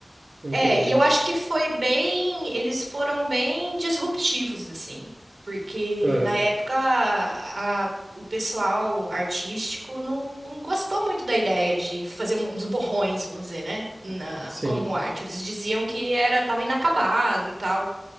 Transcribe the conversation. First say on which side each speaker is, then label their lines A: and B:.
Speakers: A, on the right; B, on the right.
A: incríveis.
B: É, e eu acho que foi bem, eles foram bem disruptivos, assim, porque
A: Aham,
B: na época a- o pessoal artístico não, não gostou muito da ideia de fazer um, uns borrões, vamos dizer, né, na-
A: sim.
B: como arte. Eles diziam que era, tava inacabado e tal.